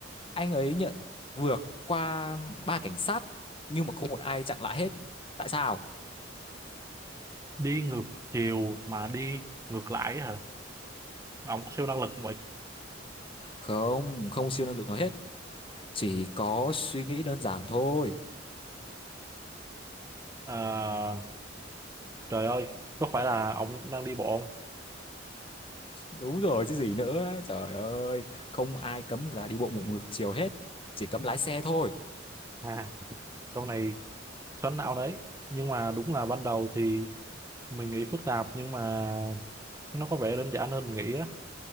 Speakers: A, on the left; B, on the right.
A: anh ấy nhận vượt qua ba cảnh sát nhưng mà không một ai chặn lại hết tại sao
B: đi ngược chiều mà đi ngược lại hả Mà ông có siêu năng lực không vậy
A: không không siêu năng lực nói hết chỉ có suy nghĩ đơn giản thôi
B: à, trời ơi có phải là ông đang đi bộ
A: đúng rồi chứ gì nữa trời ơi không ai cấm người ta đi bộ một ngược chiều hết chỉ cấm lái xe thôi
B: không à câu này xoắn não đấy nhưng mà đúng là ban đầu thì mình nghĩ phức tạp nhưng mà nó có vẻ đơn giản hơn mình nghĩ á